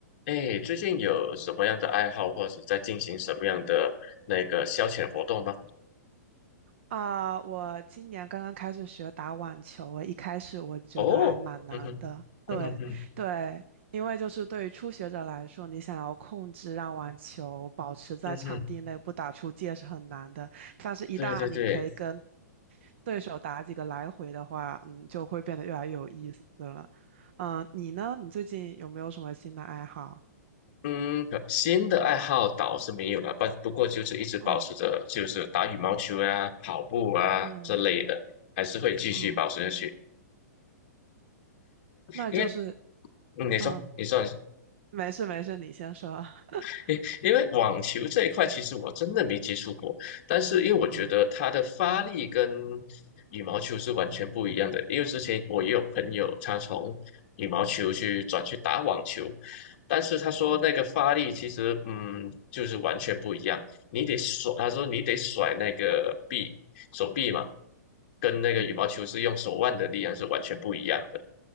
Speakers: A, on the left; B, on the right.
A: 哎，最近有什么样的爱好，或者在进行什么样的那个消遣活动吗？
B: 啊，我今年刚刚开始学打网球，我一开始我觉得还蛮难的。
A: 哦，嗯哼，
B: 对对，
A: 嗯哼嗯哼，
B: 因为就是对于初学者来说，你想要控制让网球保持在场地内不打出界是很难的。
A: 嗯哼，
B: 但是，一旦你可以跟
A: 对对对，
B: 对手打几个来回的话，嗯，就会变得越来越有意思了。嗯，你呢？你最近有没有什么新的爱好？
A: 嗯，可新的爱好倒是没有了，不不过就是一直保持着，
B: 嗯
A: 就是打羽毛球啊、跑步啊这类的，
B: 嗯
A: 还是会继续保持下去。
B: 嗯，那就是
A: 因为，嗯，你说，
B: 嗯，
A: 你说，
B: 没事没事，你先说。<laughs>
A: <laughs> 因因为网球这一块，其实我真的没接触过，但是因为我觉得它的发力跟
B: 嗯
A: 羽毛球是完全不一样的。因为之前我也有朋友，他从羽毛球去转去打网球，但是他说那个发力其实，
B: 嗯
A: 嗯，就是完全不一样。你得甩，他说你得甩那个臂，手臂嘛，跟那个羽毛球是用手腕的力量是完全不一样的。
B: 嗯。